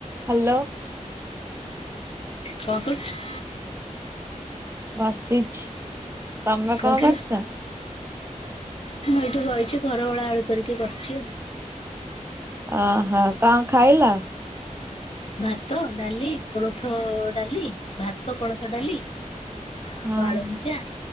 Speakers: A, on the right; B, on the left.
A: ହ୍ୟାଲୋ।
B: କଣ କରଚୁ?
A: ବସିଛି। ତମେ
B: ମୁଁଁ
A: କଣ କରୁଛ?
B: ଏଇଠି ବଇଚି, ଘର ଓଳାଓଳି କରିକି ବସିଚି ଆଉ।
A: ଅହୋ, କଣ ଖାଇଲ?
B: ଭାତ, ଡାଲି, କୋଳଥ ଡାଲି, ଭାତ କୋଳଥ ଡାଲି ଆଉ,
A: ହଁ
B: ଆଳୁ ଭଜା,